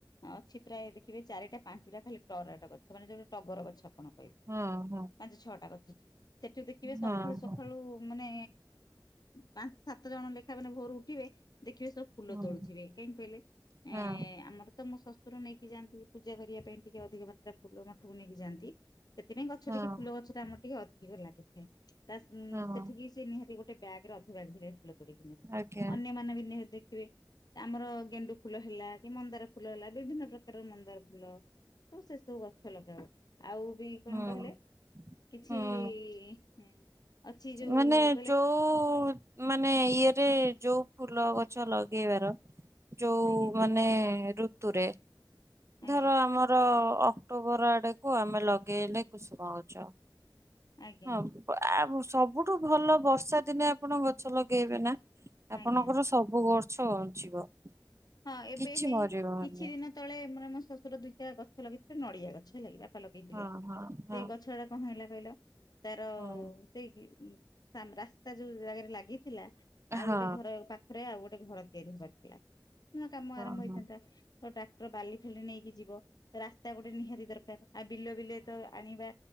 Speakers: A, on the left; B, on the right.
A: ହଁ ଅଛି ପ୍ରାୟ ଦେଖିବେ ଚାରିଟା ପାଞ୍ଚଟା ଖାଲି ଟରାଟା ଗଛ ମାନେ ଯୋଉଟେ ଟଗର ଗଛ ଆପଣ
B: ହଁ ହଁ।
A: ଆଜି ଛଅଟା କରିୁଛି। ସେଠୁ ଦେଖିବେ
B: ହଁ
A: ସକାଳୁ ସକାଳୁ
B: ହଁ
A: ମାନେ ପାଞ୍ଚ ସାତ ଜଣ ଲେଖା ମାନେ ଭୋରୁ ଉଠିବେ। ଦେଖିବେ ସବୁ ଫୁଲ
B: ହଁ
A: ତୋଳୁଥିବେ କାହିଁକି କହିଲେ ଏ
B: ହଁ
A: ଆମର ତ ମୋ ଶ୍ୱଶୁର ନେଇକି ଯାଆନ୍ତି। ପୂଜା କରିବା ପାଇଁ ଟିକେ ଅଧିକ ମାତ୍ରା ଫୁଲ ମଠକୁ ନେଇକି ଯାଆନ୍ତି। ସେଥିପାଇଁ ଗଛ
B: ହଁ
A: ଟିକେ ଫୁଲ ଗଛ ତ ଆମର ଟିକେ ଅଧିକ ଲାଗେ। ହୁଁ। ତା ସେଠିକି
B: ହଁ
A: ସେ ନିହାତି ଗୋଟେ ବ୍ୟାଗରେ ଅଧୁ ବଗ୍ ହେିଲ ତୋଳି କିରେ
B: ଆଜ୍ଞା
A: ଅନ୍ୟମାନେ ବି ନିହାତି ଦେ ଆମର ଗେଣ୍ଡୁ ଫୁଲ ହେଲା କି ମନ୍ଦର ଫୁଲ ହେଲା ବିଭିନ୍ନ ପ୍ରକାର ମନ୍ଦାର ଫୁଲ ସବୁ ସେ ସବୁ ଗଛ ଲଗାଉ। ଆଉ ବି କଣ
B: ହୁଁ
A: କହିଲେ କିଛି।
B: ହୁଁ
A: ହୁଁ। ଅଛି ଯୋଉ
B: ମାନେ
A: କହିଲେ
B: ଯୋଉ ମାନେ ଇଏରେ ଯୋଉ ଫୁଲ ଗଛ ଲଗେଇବାର ଯୋଉ
A: ଆଜ୍ଞା
B: ମାନେ ଋତୁରେ।
A: ଆଜ୍ଞା
B: ଧର ଆମର ଅକ୍ଟୋବର ଆଡକୁ ଆମେ ଲଗେଇଲେ କୁସୁମ ଗଛ।
A: ଆଜ୍ଞା
B: ହଁ ଆ ବର୍ଷ ସବୁଠୁ ଭଲ ବର୍ଷା ଦିନେ ଆପଣ ଗଛ ଲଗେଇବେ ନା ଆପଣଙ୍କର
A: ଆଜ୍ଞା
B: ସବୁ ଗ ଛ ବଞ୍ଚିବ।
A: ହଁ ଏବେ
B: କିଛି
A: ହେଇ
B: ମରିବନି
A: କିଛି ଦିନ ତଳେ ପରା ଆମ ସସ ଗ ଦୁଇଟା ଗଛ ଲାଗିଥିଲା ନଡିଆ ଗଛ ଲାଗିବିବା। ଲଗେଇଥିଲେ
B: ହଁ ହଁ ହଁ
A: ସେଇ ଗଛ ଟା କଣ ହେଲା। କିଲ ତାର
B: ହଁ
A: ସେଇ ଁ ରାସ୍ତା ଯୋଉ ଜାଗାରେ ଲାଗି ଥିଲା ଆଉ
B: ହଁ
A: ଗୋଟେ ଘର ପାଖରେ ଆଉ ଗୋଟେ ଘର। ସେରି ପଥିଲା। ନୂଆ କାମ
B: ହଁ
A: ଆରମ୍ଭ ହେଇଥାନ୍ତା
B: ହଁ
A: ତ ଟ୍ରାକ୍ଟର ବାଲି ଫେଲି ନେଇକି ଯିବ ରାସ୍ତା ଗୋଟେ ନିହାତି ଦରକାର ଆଉ ବିଲ ବିଲ ତ ଆଣିବା